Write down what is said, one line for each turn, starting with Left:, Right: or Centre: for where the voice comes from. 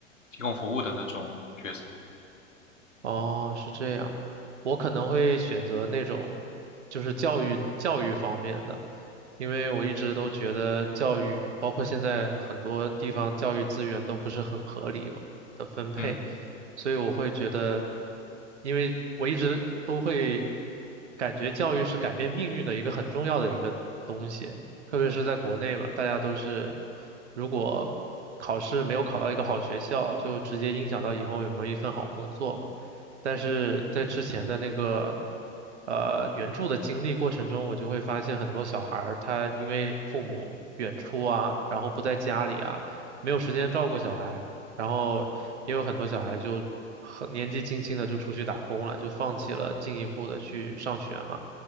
Left: 提供服务的那种角色。
Right: 哦，是这样，我可能会选择那种就是教育教育方面的，因为我一直都觉得教育，包括现在很多地方教育资源都不是很合理嘛的分配，
Left: 嗯
Right: 所以我会觉得，因为我一直都会感觉教育是改变命运的一个很重要的一个东西，特别是在国内嘛，大家都是如果考试没有考到一个好学校，就直接影响到以后有没有一份好工作嘛。但是在之前的那个呃援助的经历过程中，我就会发现很多小孩儿他因为父母远出啊，然后不在家里啊，没有时间照顾小孩，然后也有很多小孩就很年纪轻轻的就出去打工了，就放弃了进一步的去上学嘛。